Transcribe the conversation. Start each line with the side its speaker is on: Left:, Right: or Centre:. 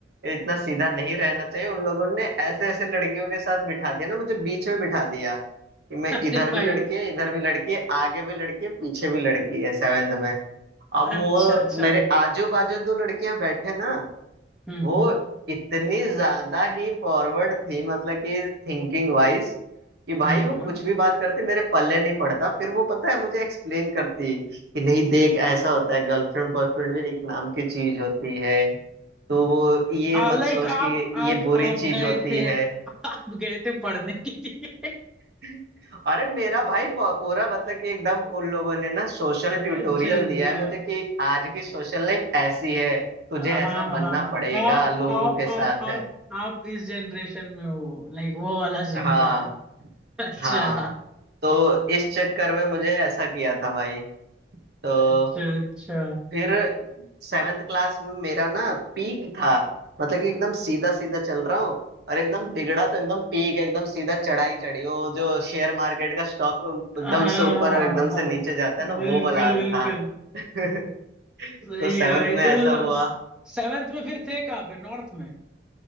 Right: इतना सीधा नहीं रहना चाहिए उन लोगों ने ऐसे ऐसे लड़कियों के साथ बिठा दिया ना मुझे बीच में बिठा दिया कि मैं
Centre: अरे
Right: इधर भी
Centre: भाई
Right: लड़की है इधर भी लड़की है आगे भी लड़की है पीछे भी लड़की है सेवेंथ में अब
Centre: अच्छा
Right: वो
Centre: अच्छा
Right: मेरे आजू बाजू दो लड़कियां बैठे ना
Centre: हम्म
Right: वो इतनी ज्यादा ही फॉरवर्ड थी मतलब कि थिंकिंग वाइज कि भाई
Centre: हम्म
Right: वो
Centre: हम्म
Right: कुछ भी बात करते मेरे पल्ले नहीं पड़ता फिर वो पता है मुझे एक्सप्लेन करती कि नहीं देख ऐसा होता है गर्लफ्रेंड बॉयफ्रेंड भी एक नाम की चीज होती है तो वो ये मत
Centre: लाइक
Right: सोच
Centre: आप
Right: कि
Centre: आप
Right: ये बुरी
Centre: आप
Right: चीज
Centre: गए
Right: होती
Centre: थे
Right: है
Centre: आप गए थे पढ़ने के लिए
Right: <laughs> अरे मेरा भाई प- पूरा मतलब कि एकदम उन लोगों ने ना सोशल ट्यूटोरियल
Centre: अच्छा अच्छा
Right: दिया है मुझे कि आज की सोशल लाइफ ऐसी है तुझे
Centre: हाँ
Right: ऐसा
Centre: हाँ आप
Right: बनना पड़ेगा
Centre: आप
Right: लोगों के साथ
Centre: आप आप आप इस जनरेशन में हो लाइक वो वाला सीन
Right: हाँ
Centre: था अच्छा
Right: हाँ तो इस चक्कर में मुझे ऐसा किया था भाई तो
Centre: अच्छा अच्छा
Right: फिर सेवेंथ क्लास में मेरा ना पीक था मतलब कि एकदम सीधा सीधा चल रहा हूँ और एकदम बिगड़ा तो एकदम पीक एकदम सीधा चढ़ाई चढ़ी वो जो शेयर मार्केट का स्टॉक एकदम
Centre: हाँ
Right: से ऊपर
Centre: हाँ
Right: और एकदम
Centre: हाँ
Right: से नीचे जाता है ना
Centre: बिल्कुल
Right: वो वाला हाल
Centre: बिल्कुल
Right: था <laughs> तो
Centre: सही
Right: सेवेंथ
Centre: है भाई
Right: में
Centre: तो
Right: ऐसा
Centre: मतलब
Right: हुआ
Centre: <laughs> सेवेंथ में फिर थे कहाँ पे नॉर्थ में